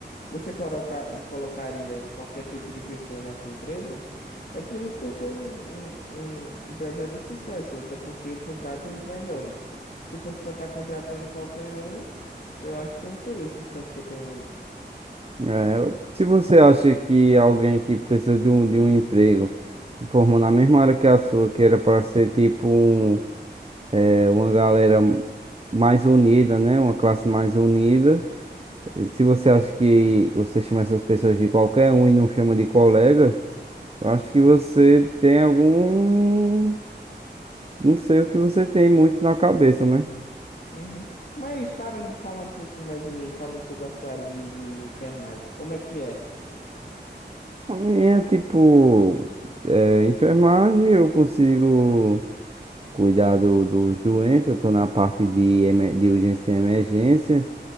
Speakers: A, on the left (about 55°); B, on the right (about 35°).
A: Você coloca, colocaria qualquer tipo de pessoa na sua empresa? É por isso que eu sou um, um, um empresário de sucesso, até porque eu contrato os melhores. Se fosse para estar contratando qualquer um, eu acho que eu não teria o sucesso que eu tenho hoje.
B: é, se você acha que alguém que precisa de um, de um emprego se formou na mesma área que a sua, que era para ser tipo um, é, uma galera mais unida, né? Uma classe mais unida. E se você acha que você chama essas pessoas de qualquer um e não chama de colegas, eu acho que você tem algum. Não sei o que você tem muito na cabeça, né?
A: Uhum. Mas parando de falar um pouco mais de mim, falando sobre a sua área de, de enfermagem, como é que é ela?
B: A minha, é, tipo, é, enfermagem, eu consigo cuidar do- dos doentes, eu tô na parte de, emer- de urgência e emergência,